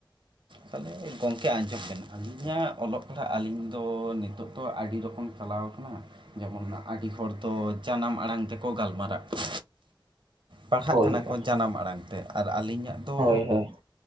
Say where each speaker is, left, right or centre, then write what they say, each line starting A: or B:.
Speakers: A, on the right (about 70°); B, on the right (about 85°).
A: ᱛᱟᱦᱞᱮ ᱜᱚᱝᱠᱮ ᱟᱸᱡᱚᱢ ᱵᱮᱱ ᱟᱹᱞᱤᱧᱟᱜ ᱚᱞᱚᱜ ᱯᱟᱲᱦᱟᱜ ᱟᱹᱞᱤᱧ ᱫᱚ ᱱᱤᱛᱚᱜ ᱫᱚ ᱟᱹᱰᱤ ᱨᱚᱠᱚᱢᱼ ᱪᱟᱞᱟᱣ ᱠᱟᱱᱟ, ᱡᱮᱢᱚᱱ ᱱᱟᱜ ᱟᱰᱤ ᱦᱚᱲ ᱫᱚ ᱡᱟᱱᱟᱢ ᱟᱲᱟᱝ ᱛᱮᱠᱚ ᱜᱟᱞᱢᱟᱨᱟᱜ ᱠᱟᱱᱟ᱾ ᱯᱟᱲᱦᱟᱜ
B: ᱦᱳᱭ
A: ᱠᱟᱱᱟ
B: ᱞᱮᱠᱟ᱾
A: ᱠᱚ ᱡᱟᱱᱟᱢ ᱟᱲᱟᱝ ᱛᱮ ᱟᱨ ᱟᱞᱤᱧᱟᱜ ᱫᱚᱼᱼ
B: ᱦᱳᱭ ᱦᱳᱭ